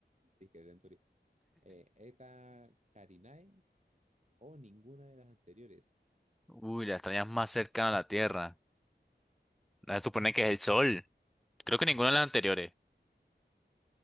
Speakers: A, on the right (about 40°); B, in the centre.
A: dije Centauri, eh, Eta Carinae o ninguna de las anteriores.
B: Uy, la estrella más cercana a la Tierra. La supone que es el Sol. Creo que ninguna de las anteriores.